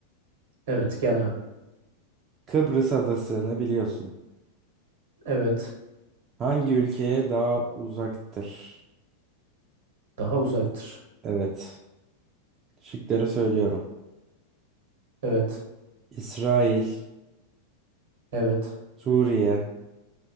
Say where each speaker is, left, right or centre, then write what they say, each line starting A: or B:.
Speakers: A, on the right (about 55°); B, on the right (about 30°).
A: Evet gel abi.
B: Kıbrıs adasını biliyorsun.
A: Evet.
B: Hangi ülkeye daha uzaktır?
A: Daha uzaktır.
B: Evet. Şıkları söylüyorum.
A: Evet.
B: İsrail,
A: Evet.
B: Suriye,